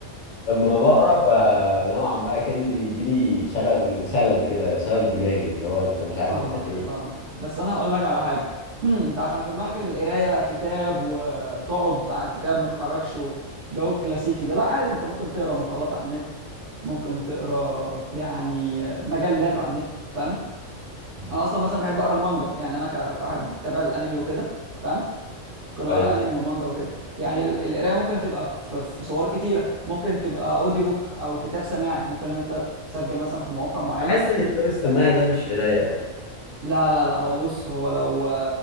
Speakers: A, on the left; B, on the right.
A: لما بقرا ب- نوعا ما كأن بيجي لي شلل شلل كده شلل دماغي اللي هو انت مش عارف
B: فاهمك
A: انت فين
B: فاهمك بس انا هقول لك على حاجه <clears throat> انت عشان في دماغك إن القرايه كتاب وتقعد على الكتاب ما تتحركش وجو الكلاسيكي ده لا عادي انت ممكن تقرا مقالات على النت ممكن تقرا يعني مجلات على النت فاهم
A: مم.
B: انا اصلا مثلا بحب اقرا المانجا يعني انا ك- كواحد بتابع الانمي وكده فاهم ممكن اقرا
A: ايوه
B: انمي ومانجا وكده يعني ال- القرايه ممكن تبقى في في صور كتيره ممكن تبقى اوديو بوك او كتاب سماعي ممكن إن انت تسجل مثلا في مواقع معينه
A: بحس ان الكتاب السماعي ده مش قرايه قوي
B: لا لا لا هو بص هو لو